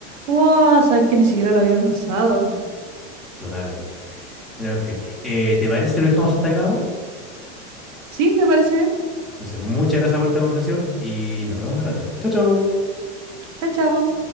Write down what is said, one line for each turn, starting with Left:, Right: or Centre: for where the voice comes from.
Right: Wow, sabes que ni siquiera lo había pensado.
Centre: Totalmente. Pero en fin, eh, ¿te parece que lo dejamos hasta acá, amor?
Right: Sí, me parece bien.
Centre: Entonces, muchas gracias por esta conversación y nos vemos más rato. Chao, chao.
Right: Chao, chao.